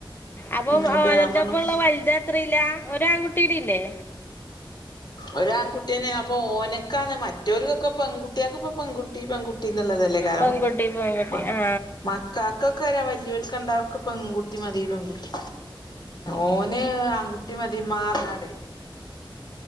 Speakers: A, on the left; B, on the left.
A: അപ്പൊന്റെ
B: ഉം അപ്പൊ ഞാൻ പറഞ്ഞു
A: ഒപ്പ ഉള്ള വലുതിനോ അത്രല്ല ഒരാ ആൺകുട്ടീട ഇല്ലേ
B: ഒരു ആൺകുട്ടിയനെ അപ്പൊ ഓനക്കാണ് മറ്റവർക്കൊക്കെ പെൺകുട്ടിയക്ക ഇപ്പ പെൺുട്ടി പെൺകുട്ടി ന്നുള്ളതല്ലേ കാരണം
A: പെൺകുട്ടി പെൺകുട്ടി
B: മ
A: ആ
B: മ <unintelligible> കാക്കൊക്കെ വരാ വല്യാല്ക്ക് രണ്ടാക്കും പെൺകുട്ടി മതി പെൺകുട്ടി ഓന് ആൺകുട്ടി മതി മ്മാ പറഞ്ഞ്